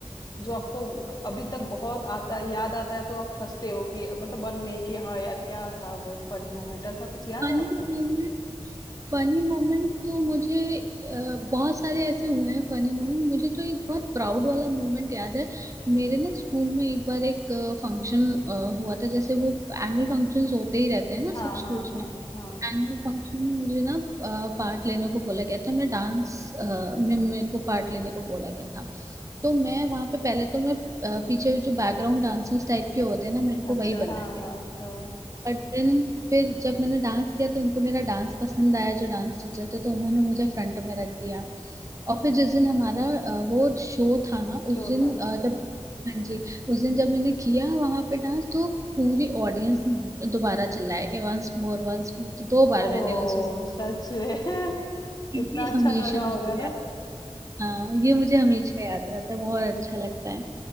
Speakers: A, on the left; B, on the right.
A: जो आपको अभी तक बहुत आता याद आता है तो आप हंसते हो कि मतलब मन में कि हाँ यार क्या था वो फनी मोमेंट ऐसा कुछ याद
B: फनी
A: है आपको
B: फनी मोमेंट तो मुझे अ, बहुत सारे ऐसे हुए हैं फनी मोमेंट मुझे तो एक बहुत प्राउड वाला मोमेंट याद है मेरे ना स्कूल में एक बार एक फंक्शन हुआ था जैसे वो एनुअल फंक्शंस होते ही रहते हैं ना
A: हाँ
B: सब
A: हाँ
B: स्कूल्स
A: हाँ
B: में एनुअल
A: हाँ
B: फंक्शन में मुझे ना पार्ट लेने को बोला गया था मैं डांस में मेरे को पार्ट लेने को बोला गया था तो मैं वहाँ पे पहले तो मैं अ, पीछे जो बैकग्राउंड डांसर्स टाइप के होते हैं ना मेरे को
A: अच्छा
B: वही बनाया
A: हाँ
B: गया
A: हाँ हाँ
B: बट देन फिर जब मैंने डांस किया तो उनको मेरा डांस पसंद आया जो डांस टीचर थे तो उन्होंने मुझे फ्रंट में रख दिया और फिर जिस दिन हमारा अ, वो शो था ना
A: शो
B: उस दिन
A: था
B: अ,
A: हाँ
B: जब हाँ जी उस दिन जब मैंने किया वहां पे डांस तो पूरी ऑडियंस दोबारा चिल्लाया कि वंस मोर वंस मोर तो दो बार
A: ओह
B: मैंने उसी
A: सच में <laughs> कितना
B: ये
A: अच्छा
B: हमेशा
A: लगा
B: मुझे
A: होगा ना
B: याद हाँ ये मुझे हमेशा याद रहता है बहुत अच्छा लगता है